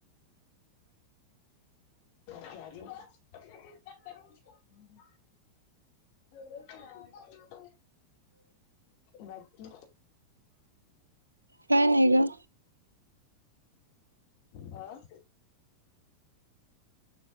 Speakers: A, on the left; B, on the right.
A: ती आजी <unintelligible> <unintelligible> बाकी
B: काय नाही गं.
A: आं